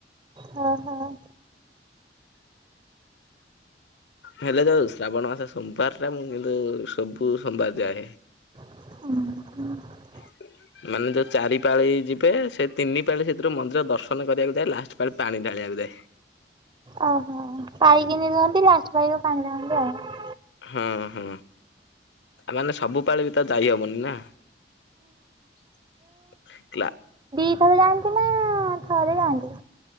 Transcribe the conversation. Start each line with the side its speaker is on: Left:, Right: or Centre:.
Right: ହଁ ହଁ।
Left: ହେଲେ ଯାଉ ଶ୍ରାବଣ ମାସ ସୋମବାରଟା, ମୁଁ କିନ୍ତୁ ସବୁ ସୋମାର ଯାଏ।
Right: <inaudible>
Left: <inaudible> ମାନେ ଯୋଉ ଚାରି ପାଳି ଯିବେ, ସେ ତିନି ପାଳି, ସେଥିରୁ ମନ୍ଦିର ଦର୍ଶନ କରିବାକୁ ଯାଏ, ଲାଷ୍ଟ ପାଳି ପାଣି ଢାଳିବାକୁ ଯାଏ।
Right: ଓହୋ <unintelligible> ଲାଷ୍ଟ ପାଳିରେ ପାଣି ଢାଳନ୍ତି ଆଉ।
Left: ହଁ ହଁ ମାନେ ସବୁପଳେ ବି ତ ଯାଇ ହବନି ନା। <inaudible>
Right: ଦିଥରେ ଯାଆନ୍ତି, ନା ଥରେ ଯାଆନ୍ତି?